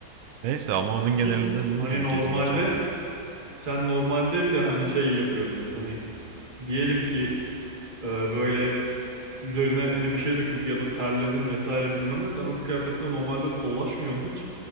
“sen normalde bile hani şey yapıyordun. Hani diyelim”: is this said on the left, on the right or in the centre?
Right